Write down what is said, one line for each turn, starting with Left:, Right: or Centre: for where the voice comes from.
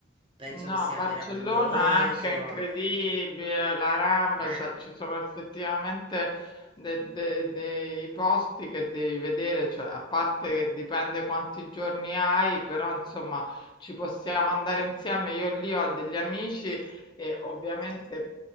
Right: Penso
Left: No,
Right: che sia
Left: Barcellona
Right: meraviglioso.
Left: anche è incredibile, la Rambla,
Right: Eh.
Left: cioè ci sono effettivamente de- de- dei posti che devi vedere, cioè, a parte che dipende quanti giorni hai, però insomma ci possiamo andare insieme. Io lì ho degli amici e ovviamente